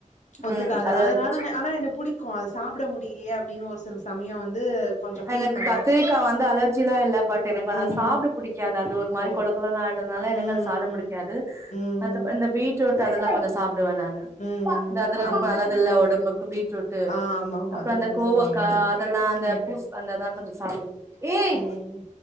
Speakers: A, on the left; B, on the right.
A: ஒத்துக்காது
B: ம் அது
A: அதனால ஆனா எனக் புடிக்கு அது சாப்ட முடியலையே அப்டின்னு ஒரு சில சமயோ வந்து கொஞ்சோ ஃபீல்
B: எனக்கு
A: பண்ணுவே
B: கத்திரிக்கா வந்து அலர்ஜில்லா இல்ல பட் எனக் வ
A: ம்
B: அது சாப்ட புடிக்காது அது ஒரு
A: ஓ
B: மாரி கொழக்கெழன் ஆய் அதனால
A: ம்
B: எனக்கு அது சாப்ட புடிக்காது
A: ம் ம்
B: மத்தப இந்த பீட்ரூட் அதெல்லா கொஞ்சொ சாப்டுவே நானு
A: ம் ம்
B: இந்த அதுலா
A: ஆம்
B: ரொம்ப நல்லதுல்ல ஒடம்புக்கு பீட்ரூட் டு
A: ஆ ஆமாமா
B: அப்புற அந்த
A: நல்லது
B: கோவக்கா
A: ரொம்ப நல்லது
B: அதெல்லா அந்த
A: ம்
B: பூஸ் அந்ததான் கொ்ச ச ஏய்
A: ம்